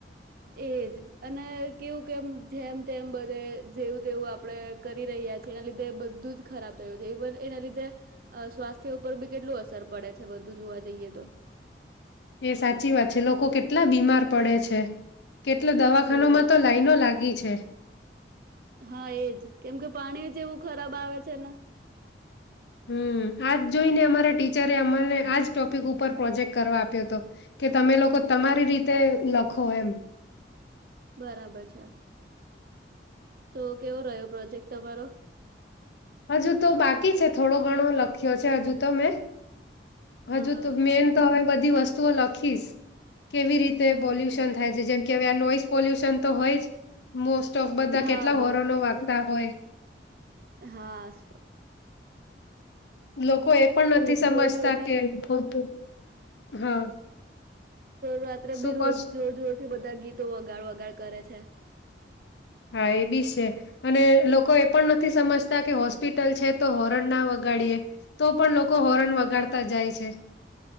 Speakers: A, on the right; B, on the left.
A: એજ અને કેવું કેમ જેમ તેમ બધે જેવું તેવું આપણે કરી રહ્યા છીએ એના લીધે બધું જ ખરાબ થયું છે ઈવન એના લીધે સ્વાસ્થ્ય ઉપર બી કેટલું અસર પડે છે બધું જોવા જઈએ તો.
B: એ સાચી વાત છે લોકો કેટલા બીમાર પડે છે કેટલા દવાખાનોમાં
A: બહુ
B: તો લાઈનો લાગી છે.
A: હા એજ કેમ કે પાણી જેવું ખરાબ આવે છે ને.
B: હમ્મ. આજ જોઈને અમારા ટીચરે અમને આજ ટોપિક ઉપર પ્રોજેક્ટ કરવા આપ્યો હતો કે તમે લોકો તમારી રીતે લખો એમ.
A: બરાબર છે. તો કેવો રહ્યો પ્રોજેક્ટ તમારો?
B: હજુ તો બાકી છે થોડો ઘણો લખ્યો છે હજુ તો મેં. હજુ
A: હા હા
B: તો મેન તો હવે બધ બધી વસ્તુઓ લખીશ. કેવી રીતે પોલ્યુશન
A: ઓકે
B: થાય છે જેમ કે હવે આ નોઈસ પોલ્યુશન ન તો હોય જ. મોસ્ટ ઓફ બધા
A: હા
B: કેટલા હોરનો વાગતા હોય.
A: હાશ તો.
B: લોકો એ પણ નથી સમજતા
A: જોર જોરથી
B: કે બ બ હા.
A: રાત્રે
B: શું
A: બી રોજ
B: કો
A: જોર જોર થી બધા ગીત તો વગાડ વગાડ કરે છે.
B: હા એ બી છે અને લોકો એ પણ નથી સમજતા કે હોસ્પિટલ છે તો હોરન ના વગાડીએ તો પણ લોકો હોરન વગાડતા જાય છે.